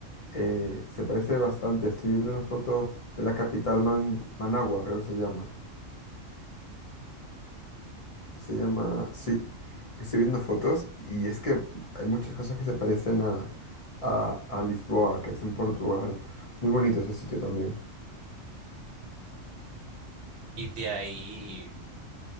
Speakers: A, on the left; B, on the right.
A: Eh, se parece bastante. Estoy viendo una foto de la capital Man- Managua, creo que se llama. Se llama, sí. Estoy viendo fotos y es que hay muchas cosas que se parecen a, a, a Lisboa, que es en Portugal. Muy bonito ese sitio también.
B: Y de ahí,